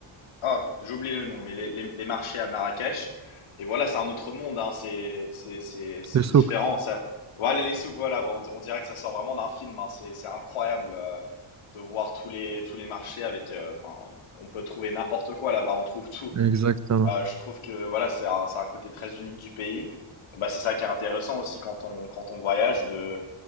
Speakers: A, on the left; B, on the right.
A: ah, j'ai oublié le nom, mais les, les, les marchés à Marrakech. Et voilà, c'est un autre monde, hein. C'est, c'est, c'est, c'est
B: Les souks.
A: différent. Ça, voilà, les souks, voilà. Bon, on, on dirait que ça sort vraiment d'un film, hein. C'est, c'est incroyable, euh, de voir tous les, tous les marchés avec, euh, enfin, on peut trouver n'importe quoi là-bas, on trouve tout.
B: Exactement,
A: Euh, je trouve que, voilà, c'est un, c'est un côté très unique du pays. Bah, c'est ça qui est intéressant aussi quand on, quand on voyage de,